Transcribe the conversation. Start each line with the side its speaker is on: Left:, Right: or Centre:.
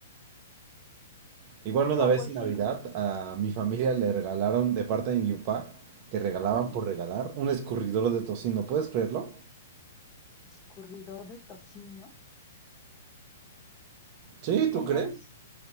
Right: Igual una
Left: No,
Right: vez
Left: pues
Right: en Navidad
Left: sí.
Right: a mi familia le regalaron de parte de mi papá, que regalaban
Left: Ujú.
Right: por regalar, un escurridor de tocino, ¿puedes creerlo?
Left: Escurridor de tocino.
Right: Sí,
Left: ¿Y cómo
Right: ¿tú crees?
Left: es?